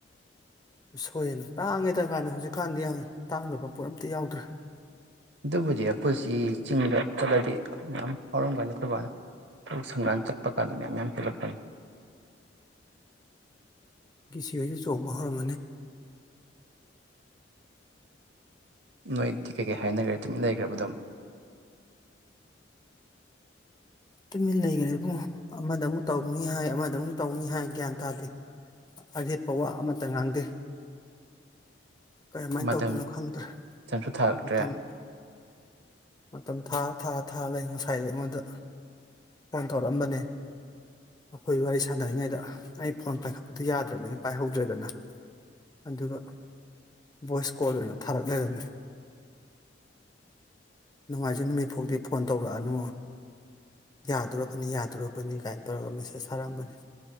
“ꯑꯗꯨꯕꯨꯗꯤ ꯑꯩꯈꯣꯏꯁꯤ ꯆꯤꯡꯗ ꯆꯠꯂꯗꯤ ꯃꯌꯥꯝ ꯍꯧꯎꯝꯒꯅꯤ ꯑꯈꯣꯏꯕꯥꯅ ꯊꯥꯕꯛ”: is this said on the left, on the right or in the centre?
Right